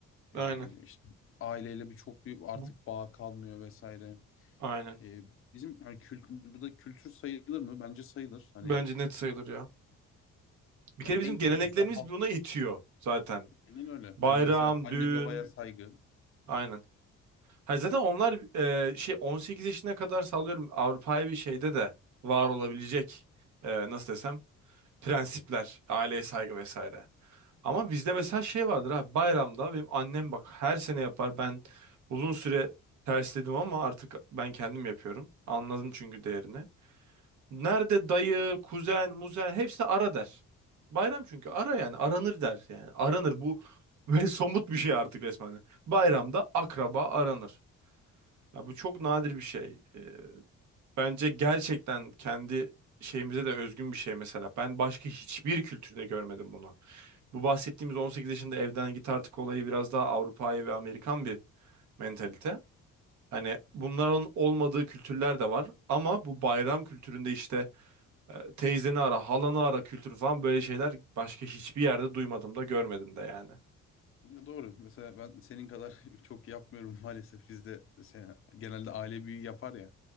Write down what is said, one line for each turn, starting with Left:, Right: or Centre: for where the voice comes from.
Right: aynen.
Left: Ee, işte aileyle bir çok büyük artık
Right: Bu-
Left: bağ kalmıyor vesaire.
Right: Aynen.
Left: Ee, bizim hani kültür, bu da kültür sayılır mı? Bence sayılır. Hani,
Right: Bence net sayılır ya. Bir
Left: hani
Right: kere bizim
Left: en
Right: geleneklerimiz
Left: kötü mesela halk
Right: buna itiyor zaten.
Left: aynen öyle.
Right: Bayram,
Left: Hani mesela anne
Right: düğün.
Left: babaya saygı.
Right: Aynen. Ha zaten onlar e, şey 18 yaşına kadar sağlıyorum Avrupa'yı bir şeyde de var olabilecek e, nasıl desem prensipler, aileye saygı vesaire. Ama bizde mesela şey vardır abi bayramda benim annem bak her sene yapar ben uzun süre tersledim ama artık ben kendim yapıyorum. Anladım çünkü değerini. Nerede dayı, kuzen, muzen hepsini ara der. Bayram çünkü ara yani aranır der yani aranır bu <laughs> böyle somut bir şey artık resmen. Bayramda akraba aranır. Ya bu çok nadir bir şey. Ee, bence gerçekten kendi şeyimize de özgün bir şey mesela. Ben başka hiçbir kültürde görmedim bunu. Bu bahsettiğimiz 18 yaşında evden git artık olayı biraz daha Avrupa'yı ve Amerikan bir mentalite. Hani bunların olmadığı kültürler de var ama bu bayram kültüründe işte e, teyzeni ara, halanı ara kültürü falan böyle şeyler başka hiçbir yerde duymadım da görmedim de yani.
Left: Ya Doğru. Mesela ben senin kadar <laughs> çok yapmıyorum maalesef. Bizde sen, genelde aile büyüğü yapar ya.